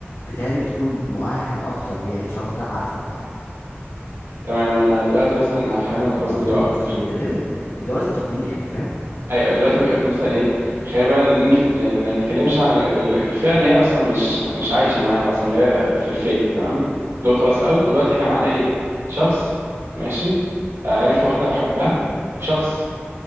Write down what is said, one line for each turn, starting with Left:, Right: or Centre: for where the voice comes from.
Left: بالتالي بتكون مؤهل اكتر ليه يعني الشخص ده عارفك وع-
Right: تمام انا دلوقتي مثلا هفهمك
Left: ومريته
Right: قصدي بقى
Left: بمواقف
Right: اكتر
Left: كتير جدا غير ال- الجواز التقليدي يعني فاهم
Right: ايوه دلوقتي
Left: قول
Right: مثلا
Left: لي
Right: ايه خلينا بقى نف- ن- ما نتكلمش عن ال- ال- الفئه اللي هي اصلا مش مش عايشه معانا اصلا اللي هي في الفيك تمام دول خلاص اوت دلوقتي احنا معانا ايه شخص ماشي آه، عرف واحده وحبها وشخص